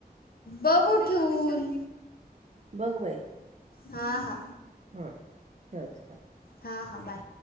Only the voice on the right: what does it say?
बगबई
हा ठ